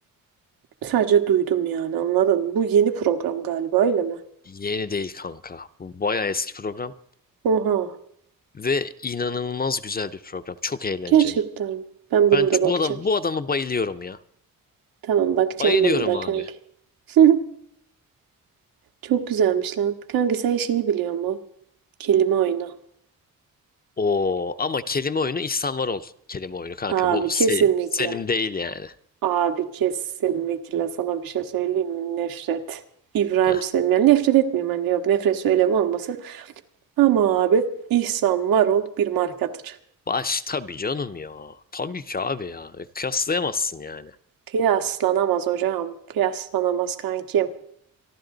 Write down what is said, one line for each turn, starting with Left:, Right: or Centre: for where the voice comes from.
Right: Sadece duydum yani anladın mı? Bu yeni program galiba öyle mi?
Left: Yeni değil kanka. Bu bayağı eski program.
Right: Oha.
Left: Ve inanılmaz güzel bir program. Çok eğlenceli.
Right: Gerçekten. mi? Ben buna
Left: Ben ç-
Right: da bakacağım.
Left: bu adam bu adama bayılıyorum ya.
Right: Tamam bakacağım
Left: Bayılıyorum
Right: buna da
Left: abi.
Right: kanki. <laughs> Çok güzelmiş lan. Kanka sen şeyi biliyor mu? Kelime oyunu.
Left: Oo ama kelime oyunu İhsan Varol kelime oyunu kanka.
Right: Abi
Left: Bu Se-
Right: kesinlikle.
Left: Selim değil yani.
Right: Abi kesinlikle sana bir şey söyleyeyim mi? Nefret. İbrahim
Left: Heh.
Right: Selim. Yani nefret etmiyorum hani yok nefret söylevi olmasın. Ama abi İhsan Varol bir markadır.
Left: Baş tabii canım ya. Tabii ki abi ya. E, Kıyaslayamazsın yani.
Right: Kıyaslanamaz hocam. Kıyaslanamaz kankim.